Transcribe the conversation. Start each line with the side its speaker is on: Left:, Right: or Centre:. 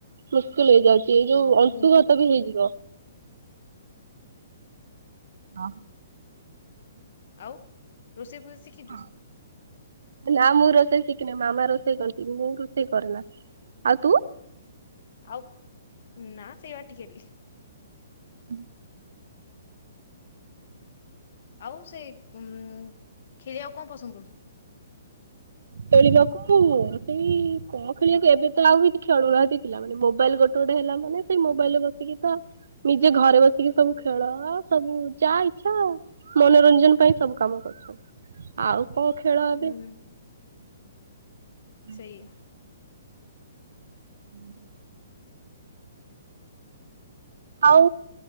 Right: ମୁସ୍କିଲ ହେଇଯାଉଛି। ଏଇ ଯୋଉ
Left: ହଁ
Right: ଅଂଶୁଘାତ
Left: ହୁଁ।
Right: ବି ହେଇଯିବ। ହ ହୋ।
Left: ଆଉ ରୋଷେଇ ଫୋଷେଇ ଶିଖିଛୁ
Right: ହଁ ନା ମୁ ରୋଷେଇ ର କିନା ମାମା ରୋଷେଇ କରନ୍ତି ମୁଁ ରୋଷେଇ କରେନା। ଆଉ ତୁ?
Left: ଆଉ ନା ସେଇ ବା ଟିକେ ଟିକେ
Right: ହୁଁ।
Left: ଆଉ ସେ ଉ କ୍ଷୀରି ଆଉ କଣ ପସନ୍ଦ କରୁ
Right: ଖେଳିବାକୁ ସେଇ କଣ ଖେଳିବାକୁ ଏବେ ତ ଆଉ କିଛି ଖେଳୁନାହାନ୍ତି ପିଲା ମାନେ ମୋବାଇଲ ଗୋଟେ ଗୋଟେ ହେଲା ମାନେ ସେଇ ମୋବାଇଲରେ ବସିକି ତ ନିଜେ ଘରେ ବସିକି ସବୁ ଖେଳ ସବୁ ଯା ଇଚ୍ଛା ମନୋରଞ୍ଜନ ପାଇଁ ସବୁ କାମ କରୁଛ ଆଉ ହ ଖେଳ ଏବେ
Left: ହୁଁ
Right: ଆଚ୍ଛା।
Left: ସେଇଆ
Right: ହୁଁ। ଆଉ